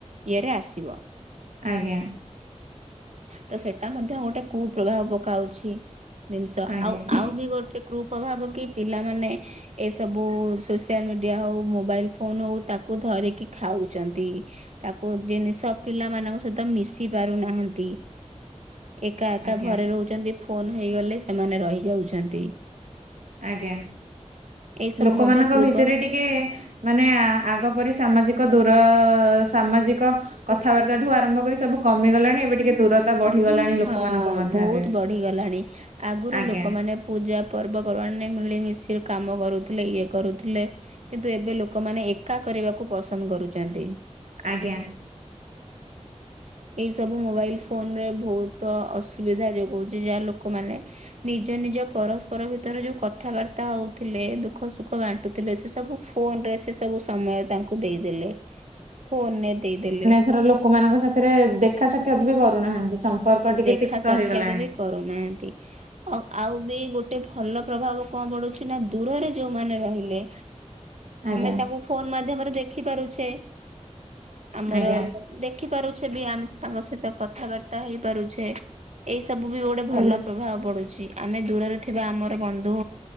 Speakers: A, on the right; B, on the right.
A: ଇଏରେ ଆସିବ।
B: ଆଜ୍ଞା।
A: ତ ସେଟା ମଧ୍ୟ ଗୋଟେ କୁ ପ୍ରଭାବ ପକାଉଛି। ଜିନିଷ
B: ଆଜ୍ଞା
A: ଆଉ ଆଉ ବି ଗୋଟେ କୁ ପ୍ରଭାବ କି ପିଲାମାନେ ଏସବୁ ସୋସିଆଲ ମିଡିଆ ହଉ ମୋବାଇଲ ଫୋନ ହଉ ତାକୁ କୁ ଧରିକି ଖାଉଛନ୍ତି ତାକୁ ଜିନିଷ ପିଲା ମାନଙ୍କ ସହିତ ମିଶି ପାରୁନାହାନ୍ତି। ଏକା ଏକା
B: ଆଜ୍ଞା
A: ଘରେ ରହୁଛନ୍ତି ଫୋନ ହେଇଗଲେ ସେମାନେ ରହିଯାଉଛନ୍ତି।
B: ଆଜ୍ଞା।
A: ଏଇ ସବୁ
B: ଲୋକମାନଙ୍କ
A: ମଧ୍ୟ କୁପ୍ରଭାବ
B: ଭିତରେ ଟିକେ ମାନେ ଆ ଆଗ ପରି ସାମାଜିକ ଦୂର ସାମାଜିକ କଥାବାର୍ତ୍ତା ଠୁ ଆରମ୍ଭ କରି ସବୁ କମିଗଲାଣି। ଏବେ ଟିକେ ଦୂର ତା ବଢିଗଲାଣି।
A: ହଁ
B: ଲୋକମାନଙ୍କ ମଧ୍ୟରେ
A: ବହୁତ ବଢିଗଲାଣି। ଆଗରୁ
B: ଆଜ୍ଞା
A: ଲୋକମାନେ ପୂଜା ପର୍ବପର୍ବାଣୀରେ ମିଳିମିଶି କାମ କରୁଥିଲେ। ଇଏ କରୁଥିଲେ। କିନ୍ତୁ ଏବେ ଲୋକମାନେ ଏକା କରିବାକୁ ପସନ୍ଦ କରୁଛନ୍ତି।
B: ଆଜ୍ଞା।
A: ଏଇ ସବୁ ମୋବାଇଲ ଫୋନ ରେ ବହୁତ ତ ଅସୁବିଧା ଯୋଗଉଛି ଯାହା ଲୋକମାନେ ନିଜ ନିଜ ପରସ୍ପର ଭିତରେ ଯୋଉଁ କଥାବାର୍ତ୍ତା ହଉଥିଲେ ଦୁଃଖ ସୁଖ ବାଣ୍ଟୁଥିଲେ। ସେ ସବୁ ଫୋନ ରେ ସେ ସବୁ ସମୟ ତାଙ୍କୁ ଦେଇଦେଲେ ଫୋନରେ ଦେଇଦେଲେ।
B: ଘର ଲୋକମାନଙ୍କ ସାଥିରେ ଦେଖା ସାକ୍ଷାତ ବି କରୁନାହାନ୍ତି ସମ୍ପର୍କ ଟିକେ
A: ଦେଖା
B: ତିକ୍ତ ହେଇଗଲାଣି।
A: କରୁନାହାନ୍ତି। ହଁ ଆଉ ବି ଗୋଟେ ଭଲ ପ୍ରଭାବ କଣ ପଡୁଛି ନାଁ ଦୂରରେ ଯୋଉଁମାନେ ରହିଲେ?
B: ଆଜ୍ଞା।
A: ଆମେ ତାଙ୍କୁ ଫୋନ ମାଧ୍ୟମରେ ଦେଖି ପାରୁଛେ। ଆମର
B: ଆଜ୍ଞା
A: ଦେ ଦେଖି ପାରୁଛେ ବି ଆମେ ତାଙ୍କ ସହିତ କଥାବାର୍ତ୍ତା ହେଇ ପାରୁଛେ। ଏଇ ସବୁ ବି ଗୋଟେ ଭଲ
B: ଆଜ୍ଞା
A: ପ୍ରଭା ପ୍ରଭାବ ପଡୁଛି ଆମେ ଦୂରରେ ଥିବା ଆମର ବନ୍ଧୁ